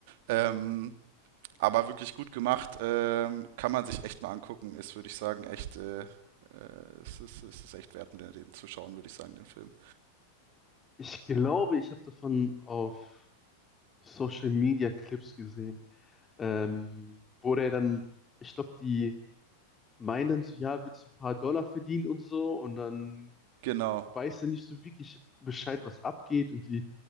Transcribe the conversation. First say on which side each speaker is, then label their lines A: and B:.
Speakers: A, on the right; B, on the left.
A: Ähm, Aber wirklich gut gemacht, ähm, kann man sich echt mal angucken. Ist, würde ich sagen, echt, äh, äh, es ist, es ist echt wert, den, den zu schauen, würde ich sagen, den Film.
B: Ich glaube, ich habe davon auf Social Media Clips gesehen, ähm, wo der dann, ich glaube, die meinen dann so, ja, willst du ein paar Dollar verdienen und so und dann
A: Genau,
B: weiß ja nicht so wirklich Bescheid, was abgeht und die